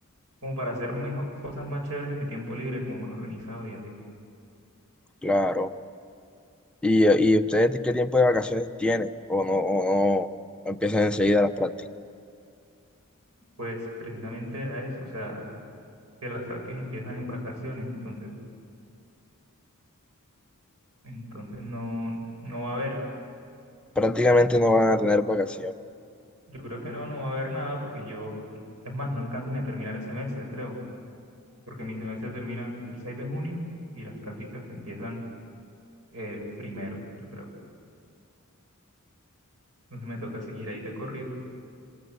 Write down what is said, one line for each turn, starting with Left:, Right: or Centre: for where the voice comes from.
Right: como para hacer mejor, cosas más chéveres en mi tiempo libre, como más organizado y así.
Centre: Claro. ¿Y, y ustedes qué tiempo de vacaciones tienen? ¿O no, o no empiezan enseguida las prácticas?
Right: Pues precisamente era eso, o sea, que las prácticas empiezan en vacaciones, entonces, entonces no, no va a haber,
Centre: Prácticamente no van
Right: por,
Centre: a tener vacaciones.
Right: yo creo que no, no va a haber nada porque yo, es más, no alcanzo ni a terminar el semestre, creo. porque mi semestre termina el 6 de junio y las prácticas empiezan el primero, yo creo. Entonces me toca seguir ahí de corrido,